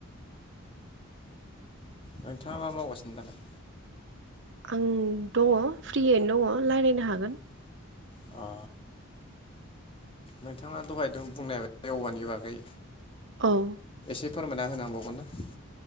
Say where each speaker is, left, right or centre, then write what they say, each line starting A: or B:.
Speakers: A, on the left; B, on the right.
A: नोंथाङा मा मावगासिनो दालाय?
B: आं दङ फ्रियैनो दङ' रायलायनो हागोन।
A: अ। नोंथाङा दहाय बुंनाय औवानि बागै
B: औ
A: एसे फोरमायना होनो हाबावगोन ना